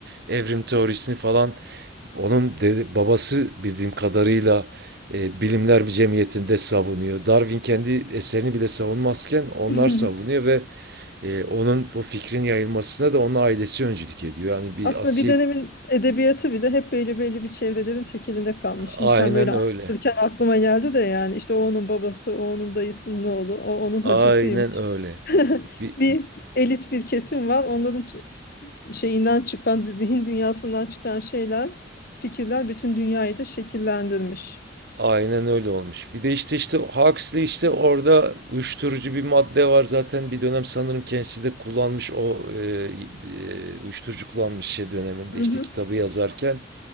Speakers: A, on the right (about 55°); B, on the left (about 50°).
A: evrim teorisini falan onun dede- babası bildiğim kadarıyla e, Bilimler bir Cemiyeti'nde savunuyor. Darwin kendi eserini bile savunmazken onlar
B: <laughs>
A: savunuyor ve e, onun o fikrin yayılmasına da onun ailesi öncülük ediyor. Yani bir
B: Aslında
A: asil
B: bir dönemin edebiyatı bile hep belli belli bir çevrelerin tekelinde kalmış. Şimdi
A: aynen
B: sen böyle anlatırken
A: öyle.
B: aklıma geldi de yani işte o onun babası, o onun dayısının oğlu, o onun hocasıymış.
A: Aynen öyle.
B: <laughs>
A: Bir,
B: Bir elit bir kesim var. Onların ç- şeyinden çıkan, zihin dünyasından çıkan şeyler, fikirler bütün dünyayı da şekillendirmiş.
A: Aynen öyle olmuş. Bir de işte işte Huxley işte orada uyuşturucu bir madde var zaten bir dönem sanırım kendisi de kullanmış o e, e, uyuşturucu kullanmış şey döneminde
B: Hı
A: işte
B: hı.
A: kitabı yazarken